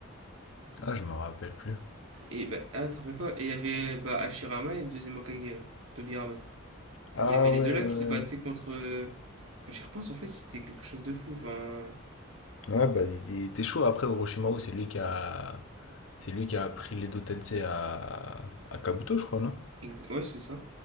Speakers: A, on the left (about 65°); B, on the right (about 75°).
A: Ah, je me rappelle plus.
B: Et bah, ah, te rappelles pas Et il y avait bah, Hashirama et le deuxième Hokage, là, Tobirama.
A: Ah
B: Il y avait les
A: ouais,
B: deux là qui
A: ouais.
B: se battaient contre. Quand j'y repense, en fait, c'était quelque chose de fou. Enfin.
A: Ouais, bah, il il était chaud. Après, Orochimaru, c'est lui qui a... C'est lui qui a appris l'Edo Tensei à... à Kabuto, je crois, non?
B: ex- Ouais, c'est ça.